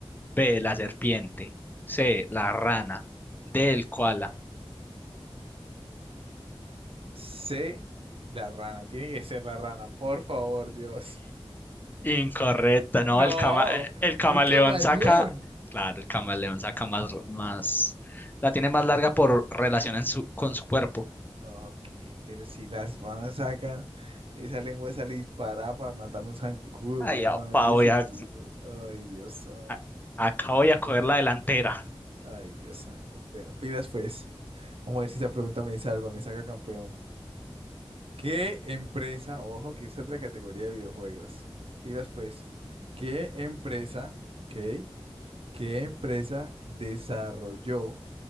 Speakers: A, on the left; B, on the right.
A: B, la serpiente. C, la rana. D, el koala.
B: C, la rana. Tiene que ser la rana, por favor, Dios.
A: Incorrecta, no,
B: No,
A: el cama, eh, el camaleón
B: el camaleón.
A: saca, claro, el camaleón saca más, más, la tiene más larga por relación en su, con su cuerpo.
B: Ok, pero si las ranas sacan esa lengua, sale disparada para matar un zancudo,
A: Ay,
B: weón.
A: apa,
B: No tiene
A: voy
B: sentido.
A: a,
B: Ay, Dios santo.
A: a- acá voy a coger la delantera.
B: Ay, Dios santo. Bueno, pidas pues. Vamos a ver si esa pregunta me salva, me saca campeón. ¿Qué empresa, ojo, que esa es la categoría de videojuegos? Pidas pues. ¿Qué empresa, ok? ¿Qué empresa desarrolló